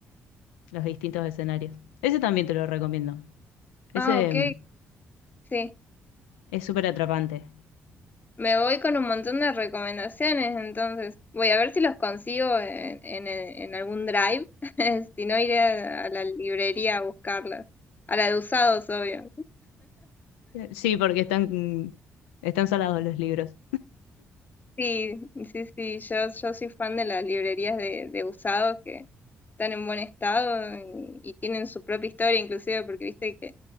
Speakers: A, on the left; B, on the left.
A: los distintos escenarios. Ese también te lo recomiendo. Ese
B: Ah, ok,
A: mm,
B: sí.
A: es súper atrapante.
B: Me voy con un montón de recomendaciones, entonces voy a ver si los consigo en, en, en algún drive, <laughs> si no iré a, a la librería a buscarlas, a la de usados, obvio.
A: Eh, Sí, porque están, mm, están salados los libros.
B: Sí, sí, sí, yo, yo soy fan de las librerías de, de usados que están en buen estado y, y tienen su propia historia, inclusive porque viste que,